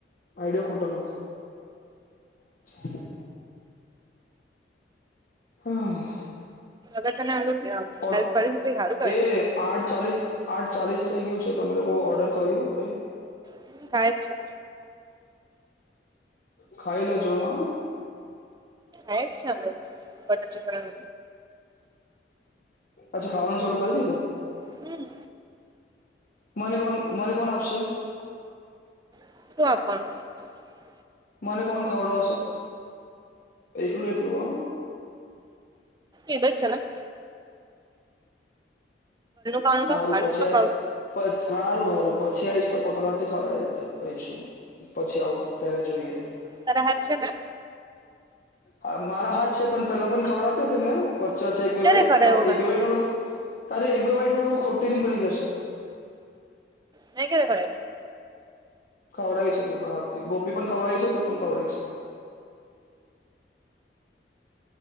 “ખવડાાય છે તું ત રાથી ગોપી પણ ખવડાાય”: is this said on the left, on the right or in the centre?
Left